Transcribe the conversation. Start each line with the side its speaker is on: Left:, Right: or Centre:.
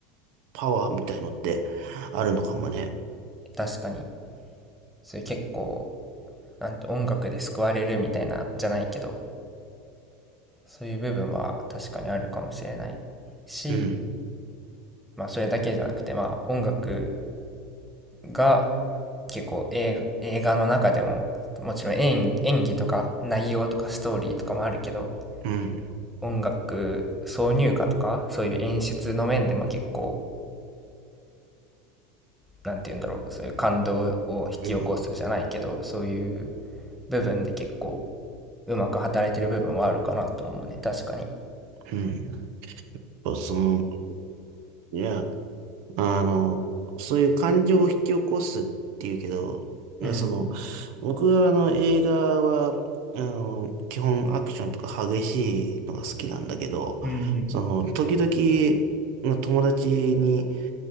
Right: パワーみたいのってあるのかもね。
Centre: うん確かに。そういう結構、なんて音楽で救われるみたいなじゃないけど、そういう部分は確かにあるかもしれないし、
Right: うん、
Centre: まあそれだけじゃなくて、まあ音楽が結構映、映画の中でも、もちろん演、演技とか内容とかストーリーとかもあるけど、
Right: うん、
Centre: 音楽挿入歌とかそういう演出の面でも結構なんて言うんだろうそういう感動を引き起こすじゃないけどそういう
Right: うん、
Centre: 部分で結構うまく働いてる部分はあるかなと思うね確かに
Right: うん。そうその、いや、あの、そういう感情を引き起こすっていうけど、いやその、
Centre: うん
Right: 僕はあの映画は、あの、基本アクションとか激しいのが好きなんだけど、
Centre: うん
Right: その、時々、まあ、友達に、